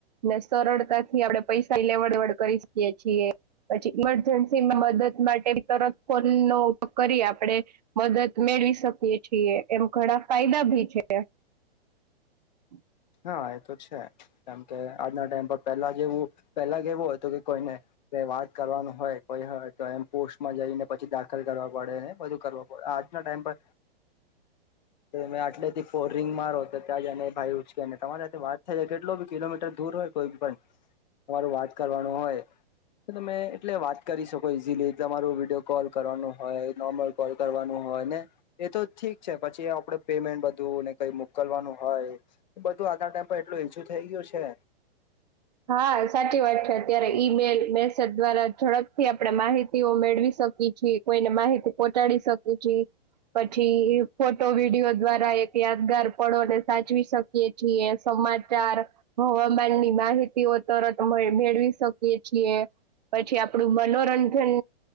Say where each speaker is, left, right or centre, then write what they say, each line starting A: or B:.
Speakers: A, on the right (about 45°); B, on the left (about 45°).
A: ને સરળતાથી આપણે પૈસા લેવડ-દેવડ કરી શકીએ છીએ. પછી ઈમરજન્સીમાં મદદ માટે તરત ફોનનો ઉપયોગ કરીએ આપડે મદદ મેળવી શકીએ છીએ, એમ ઘણા ફાયદા ભી છે. <unintelligible>
B: હા, એ તો છે, કેમ કે આજના ટાઈમ પર પહેલા જેવું પહેલા કેવું હોય કે કોઈને વાત કરવાનું હોય કોઈ તો એમ પોસ્ટમાં જઈને પછી દાખલ કરવા પડે, બધું આજના ટાઈમ પર
A: <unintelligible>
B: મેં આટલે થી ફોરિંગ મારો તો ત્યાં જને ભાઈ, ઉંચકીને તમારી સાથે વાત થાય, કેટલો બી કિલોમીટર દૂર દૂર હોય કોઈ પણ, તમારું વાત કરવાનું હોય તો તમે એટલે વાત કરી શકો ઇઝીલી, તમારું વિડીયો કોલ કરવાનું હોય નોર્મલ કોલ કરવાનું હોય. હો ને, એ તો ઠીક છે. પછી એ આપડે પેમેન્ટ બધુ બું કંઈ મોકલવાનું હોય, બધું આજના ટાઈમ પર એટલું ઈઝિ થઈ ગયું છે
A: હા, સાચી વાત છે. અત્યારે ઈમેલ મેસેજ દ્વારા ઝડપથી આપણે માહિતીઓ મેળવી શકી છીએ, કોઈને માહિતી પહોંચાડી શકી છી પછી ફોટો વિડીિયો દ્વારા એક યાદગાર પળો ને સાચવી શકીય છીએ. સમાચાર, હવામાનની માહિતીઓ તરત મેળવી શકી છીએ. પછી આપડું મનોરંજન